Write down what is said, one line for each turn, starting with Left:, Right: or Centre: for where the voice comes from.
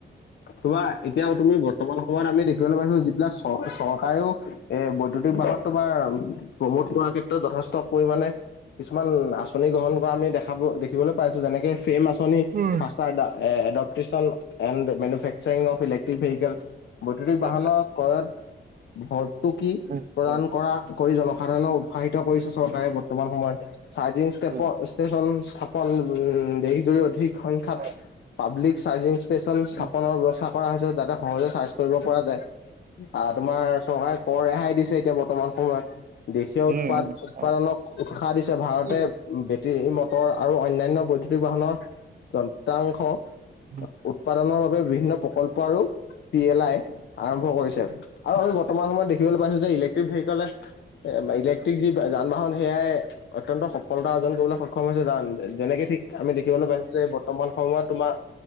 Left: তোমা এতিয়া তুমি বৰ্তমান সময়ত আমি দেখিবলৈ পাইছো যিবিলাক চৰ চৰকাৰেও- এ বৈদ্যুতিক বাহন তোমাৰ প্ৰমোদ কৰাৰ ক্ষেত্ৰত যথেষ্ট পৰিমাণে- কিছুমান আচনি গ্ৰহণ কৰা আমি দেখাব দেখিবলৈ পাইছো যেনেকে ফেম আছে-
Right: um.
Left: Faster the adoption and manufacturing of electric vehicle- বৈদ্য়ুতিক
Right: হয়
Left: বাহনৰ
Right: হয়
Left: ক্ৰয়ত- ভটটো কি
Right: উম
Left: প্ৰদান
Right: উম
Left: কৰা কৰি জনসাধাৰণক উৎসাহিত কৰিছে চৰকাৰে বৰ্তমান সময়ত। চাৰ্জিং ষ্টেচন
Right: উম
Left: স্থাপন উ দেশজুৰি অধিক সংখ্যাত
Right: অ
Left: পাব্লিক- চাৰ্জিং ষ্টেচন স্থাপনৰ
Right: উম
Left: ব্যৱস্থা কৰা হৈছে যাতে সহজে চাৰ্জ কৰিব পৰা যায় আহ তোমাৰ চৰকাৰে কৰ ৰেহাই দিছে এতিয়া বৰ্তমান সময়ত দেশীয়
Right: উম
Left: উৎপাদ উৎপাদনক
Right: হয়।
Left: উৎসাহ দিছে ভাৰতে
Right: উম
Left: তে মটৰ আৰু অন্যান্য বৈদ্যুতিক বাহনৰ যন্ত্ৰাংশ
Right: উম
Left: উৎপাদনৰ বাবে বিভিন্ন প্ৰকল্প আৰু পি এল আই আৰম্ভ কৰিছে আৰু আমি বৰ্তমান সময়ত দেখিবলৈ পাইছো যে ইলেক্ট্ৰিক ভেহিকলে এ ইলেক্ট্ৰিক যি যান বাহন সেয়াই অত্যন্ত সফলতা অৰ্জন কৰিবলৈ সক্ষম হৈছে জান যেনেকে ঠিক আমি দেখিবলৈ পাইছো যে এই বৰ্তমান সময়ত তোমাৰ